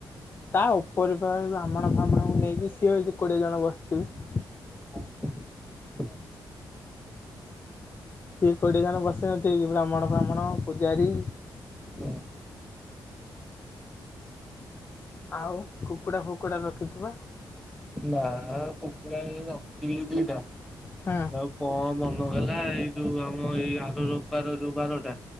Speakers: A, on the left; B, in the centre.
A: ତା ଉପରେ ବା ବ୍ରାହ୍ମଣ ଫାମଣ କୁ ନେଇକି ସିଏ କୋଡ଼ିଏ ଜଣ ବସିଥିବେ।
B: <inaudible>
A: ସିଏ କୋଡ଼ିଏ ଜଣ ବସିବେ ସେଇ ବ୍ରାହ୍ମଣ ଫାମାଣ ପୂଜାରୀ।
B: ହଁ।
A: ଆଉ କୁକୁଡ଼ା ଫୁ କୁକୁଡ଼ା ରଖିଚୁ ବା?
B: ନା କୁକୁଡ଼ା ଏଇ ରଖିଥିଲି ଦିଟା
A: ହୁଁ
B: ଆଉ କଣ ମନହେଲା ଏଇ ଯୋଉ ଆମ ଏଇ ଆର ରବିବାର ଯୋଉ ବାରଟା।